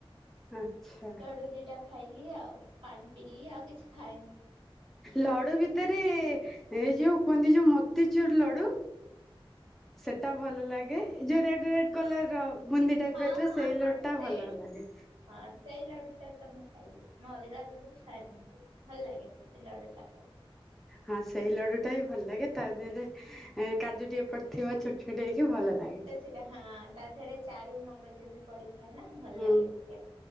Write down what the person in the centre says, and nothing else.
ଆଚ୍ଛା।
ଲଡୁ ଭିତେରେ ଏଇ ଯୋଉ କୁହନ୍ତି ଯୋଉ ମୋତିଚୁର୍ ଲଡୁ ସେଟା ଭଲ ଲାଗେ। ଯୋଉ ରେଡ୍ ରେଡ୍ କଲର ର ବୁନ୍ଦି ଟାଇପ୍
ର ଥିବ,
ସେଇ
ଲଡୁ ଟା
ଭଲ ଲାଗେ।
ହଁ, ସେଇ ଲଡୁ ଟା ହି ଭଲ ଲାଗେ, ତା ଦେହେରେ ଏଁ କାଜୁ ଟିକେ ପଡ଼୍ ଥିବ ଛୋଟ୍ ଛୋଟ୍ ହେଇକି ଭଲ ଲାଗେ।
ହୁଁ